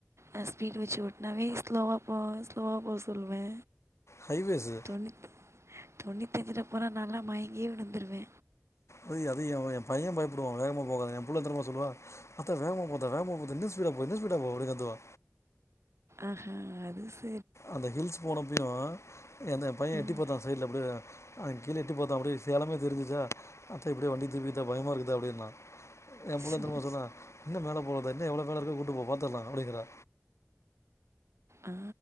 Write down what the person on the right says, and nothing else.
அ ஸ்பீட் வச்சு ஓட்டுனாவே ஸ்லோவா போ ஸ்லோவா போ சொல்லுவே
தொண்ணித் தொண்ணிதஞ்சில போன நாலா மயங் ங்கியே விழுந்துருவே
ஆஹா அது ச
ம்
சு.
ஆ